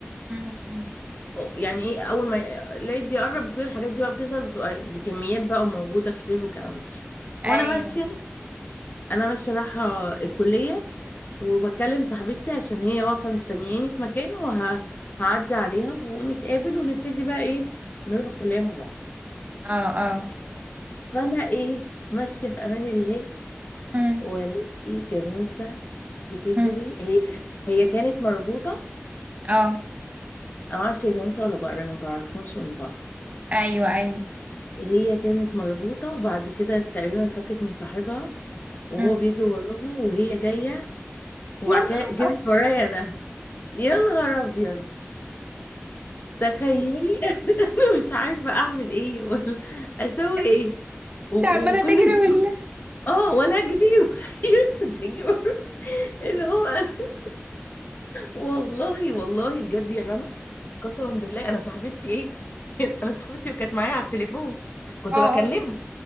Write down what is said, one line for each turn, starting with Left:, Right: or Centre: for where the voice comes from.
Right: مم، مم.
Left: أو- يعني ايه اول ما ي- العيد يقرب وكده الحاجات دي بقى بتظهر بتبقى بكميات بقى وموجودة كتير والكلام ده
Right: ايوه
Left: وانا ماشية انا ماشية رايحة الكلية وبكلم صاحبتي عشان هي واقفة مستنياني في مكان وهعدي عليها ونتقابل ونبتدي بقى ايه نروح الكلية مع بعض
Right: اه اه
Left: فانا ايه ماشية في امان الله
Right: مم،
Left: والاقي جاموسة بتجري
Right: مم.
Left: هي هي كانت مربوطة
Right: اه
Left: أنا معرفش هي جاموسة ولا بقرة أنا مبعرفهمش من بعض
Right: ايوه ايوه
Left: هي كانت مربوطة وبعد كده تقريبا فكت من صاحبها وهو
Right: مم.
Left: بيجي وراها وهي جاية وبعد
Right: يا نهار
Left: كده جريت ورايا أنا يا نهار أبيض تخيلي <laughs> أنا مش عارفة أعمل إيه ولا أسوي
Right: أبيض،
Left: إيه
Right: انت
Left: و-
Right: عماله
Left: وكل
Right: تجري ولا
Left: آه وأنا أجري <laughs> وهي بتجري ورايا. اللي هو أنا- والله والله بجد يا رنا قسما بالله أنا صاحبتي إيه <laughs> أنا صاحبتي وكانت معايا على التليفون كنت
Right: اه
Left: بكلمها
Right: اه